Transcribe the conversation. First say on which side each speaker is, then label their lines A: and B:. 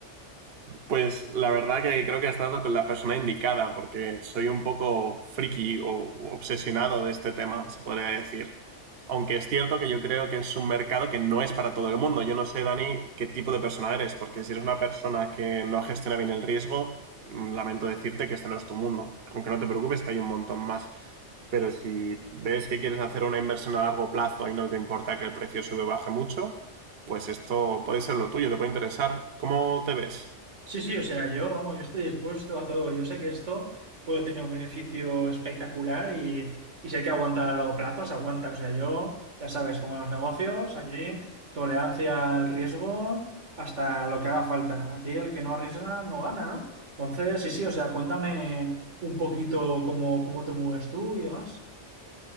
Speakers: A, on the right (about 60°); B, on the right (about 75°).
A: Pues la verdad que creo que has dado con la persona indicada, porque soy un poco friki o o obsesionado de este tema, se podría decir. Aunque es cierto que yo creo que es un mercado que no es para todo el mundo. Yo no sé, Dani, qué tipo de persona eres, porque si eres una persona que no gestiona bien el riesgo, mm, lamento decirte que este no es tu mundo. Aunque no te preocupes, que hay un montón más. Pero si ves que quieres hacer una inversión a largo plazo y no te importa que el precio sube o baje mucho, pues esto puede ser lo tuyo, te puede interesar. ¿Cómo te ves?
B: Sí, sí, o sea, yo, vamos, yo estoy dispuesto a todo. Yo sé que esto puede tener un beneficio espectacular y, y si hay que aguantar a largo plazo, se aguanta. O sea, yo, ya sabes, como en los negocios, aquí tolerancia al riesgo hasta lo que haga falta. Aquí el que no arriesga no gana, ¿no? Entonces, sí, sí, o sea, cuéntame un poquito cómo, cómo te mueves tú y demás.